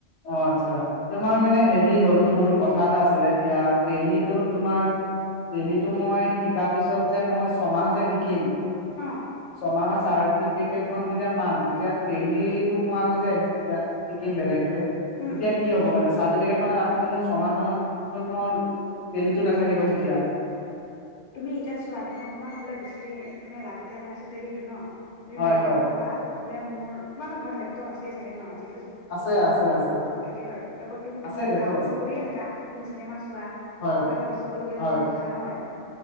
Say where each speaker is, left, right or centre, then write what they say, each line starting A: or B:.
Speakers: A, on the left (about 85°); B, on the left (about 50°).
A: অ আচ্ছা তোমাৰ মানে হেৰি হ'ল মোৰ কথা এটা আছিলে এতিয়া তেলিটো তোমাৰ তেলিটো মই শিকাৰ পিছত যে মই ছমাহ যে শিকিম
B: অহ
A: ছমাহৰ চাটিফিকেট খন যেতিয়া পাম তেতিয়া তেলিটো মই আকৌ যে শিকিম বেলেগেকে তেতিয়া
B: উম
A: কি হ'ব মানে চাৰ্টিফিকেট খন আকৌ মোৰ ছমাহখনত মোৰ টেলিটো নাথাকিব তেতিয়া।
B: তুমি এতিয়া চোৱা তোমাৰ তোমাক বোলে বেছি দিন মানে লাগতিয়াল হৈ আছে তেলিটো ন। তুমি
A: হয়
B: বাইদেউহত
A: হয়
B: কোৱা বোলে মোৰো তোমাৰ এটা ঘৰত লেপটপ আছেই চাগে ন আজি
A: আছে, আছে। আছে
B: ঘৰত থাকেই বাৰু তাৰপৰ
A: আছে
B: তুমিতো
A: লেপটপ
B: কাম
A: আছে
B: বন কৰিয়ে থাকা তুমি চিনেমা চোৱা। কিবা
A: হয়
B: এটা লিখিব লগীয়া
A: হয়
B: হলেও লিখা হয়।